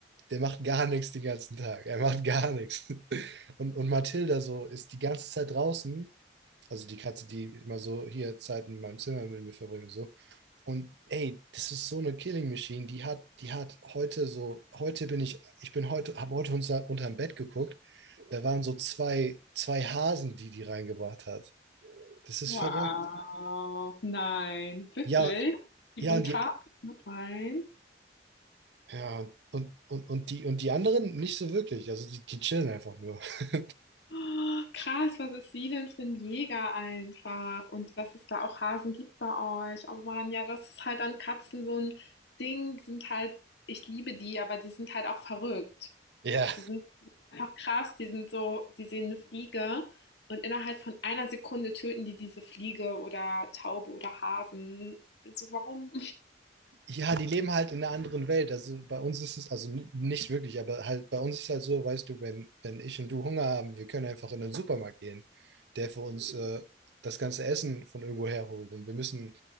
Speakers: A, on the right; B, on the left.
A: der macht gar nichts den ganzen Tag. Er macht gar nichts. <laughs> Und, und Mathilda so ist die ganze Zeit draußen, also die Katze, die immer so hier Zeit in meinem Zimmer mit mir verbringt und so. Und ey, das ist so eine Killing Machine, die hat, die hat heute so, heute bin ich, ich bin heute, habe heute unter, unterm Bett geguckt, da waren so zwei, zwei Hasen, die die reingebracht hat. Das ist
B: Wow.
A: verrückt.
B: Nein, wirklich?
A: Ja,
B: Die
A: ja,
B: bringt
A: und die,
B: Hasen mit rein?
A: Ja, und, und, und, die, und die anderen nicht so wirklich. Also die, die chillen einfach nur. <laughs>
B: Oh, Krass, was ist sie denn für ein Jäger einfach und dass es da auch Hasen gibt bei euch. Oh Mann, ja, das ist halt an Katzen so ein Ding. Die sind halt ich liebe die, aber die sind halt auch verrückt.
A: Ja.
B: Die sind einfach krass, die sind so die sehen eine Fliege und innerhalb von einer Sekunde töten die diese Fliege oder Taube oder Hasen. Also, warum?
A: Ja, die leben halt in einer anderen Welt. Also bei uns ist es, also n- nicht wirklich, aber halt bei uns ist halt so, weißt du, wenn, wenn ich und du Hunger haben, wir können einfach in den Supermarkt gehen, der für uns äh, das ganze Essen von irgendwo herholt. Und wir müssen